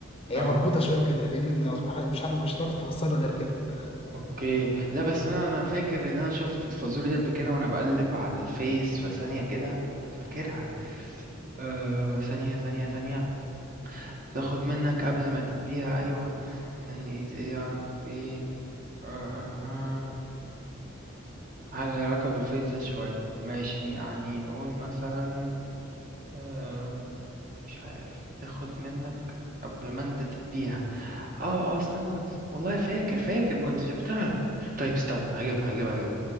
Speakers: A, on the left; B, on the right.
A: هي
B: اه
A: مربوطة شوية بكده لأن مش عارف مش هتعرف تفسرها غير كده
B: اوكي لا بس انا انا فاكر ان انا شفت الفازوري ده قبل كده وانا بقلب على الفيس فثانية كده فاكرها آه ثانية ثانية ثانية تاخد منك قبل ما تديها أيوة كان إيه إيه يا ربي آه آه آه. حاجة ليها علاقة بالفيزياء شوية ماشي يعني نقول مثلا آه مش عارف بتاخد منك قبل ما انت تديها اه اه استنى والله فاكر فاكر كنت شفتها طيب استنى هجيبها هجيبها هجيبها